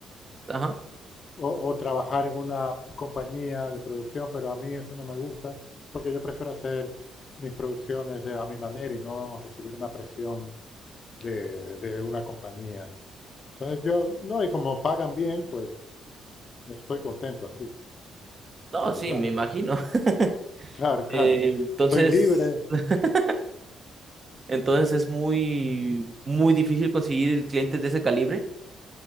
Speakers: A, on the right; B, on the left.
A: Ajá.
B: o, o trabajar en una compañía de producción, pero a mí eso no me gusta, porque yo prefiero hacer mis producciones de- a mi manera y no recibir una presión de, de una compañía. Entonces yo, no, y como pagan bien, pues estoy contento así,
A: No,
B: la
A: sí,
B: verdad.
A: me imagino. <laughs>
B: Claro, claro.
A: Eh, entonces,
B: Soy libre,
A: <laughs> entonces es muy, muy difícil conseguir clientes de ese calibre.